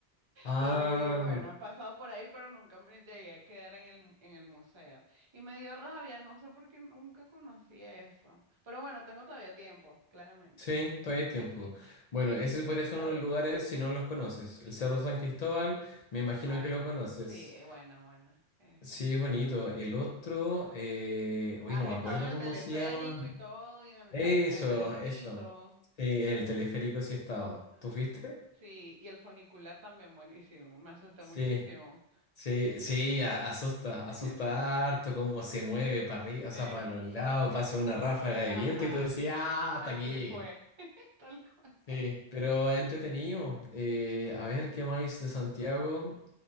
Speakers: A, on the left; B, on the right.
A: Ah.
B: Y bueno, he pasado por ahí, pero nunca me llegué a quedar en el, mu- en el museo. Y me dio rabia, no sé por qué nunca conocí eso. Pero bueno, tengo todavía tiempo, claramente.
A: Sí, todavía
B: <laughs>
A: hay tiempo. Bueno, ese podría ser
B: Otro.
A: unos lugares si no los conoces. El Cerro San Cristóbal, me imagino
B: Buena,
A: que lo conoces.
B: sí, eh, buena, buena. eso
A: Sí, es bonito. El otro, eh... hoy
B: Has
A: no me
B: estado
A: acuerdo
B: en el
A: cómo
B: teleférico
A: se llama.
B: y todo, y en el,
A: Eso,
B: ca- en el trencito.
A: eso. Sí, el teleférico sí he estado.
B: Ah,
A: ¿Tú fuiste?
B: ok. Sí, y el funicular también buenísimo. Me asusté
A: Sí,
B: muchísimo.
A: sí, sí, a- asusta, asusta
B: <laughs>
A: harto cómo se mueve para arriba, o
B: Eh,
A: sea, para los
B: <laughs>
A: lados, pasa una ráfaga de
B: ajá.
A: viento y tú decías, ah, hasta
B: Aquí
A: aquí llegué.
B: fue, <laughs> tal cual.
A: Sí, pero es entretenido. Eh, a ver, ¿qué más de Santiago?